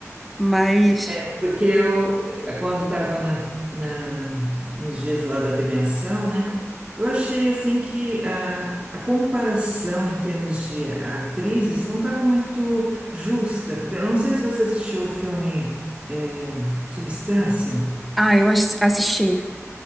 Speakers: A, in the centre; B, on the right (about 25°).
A: Mas,
B: É, porque eu, eh, quando estava na, na- nos dias lá da premiação, né, eu achei assim que a, a comparação em termos de atrizes não estava muito justa, porque eu não sei se você assistiu o filme é, Substância.
A: ah, eu ass- assisti.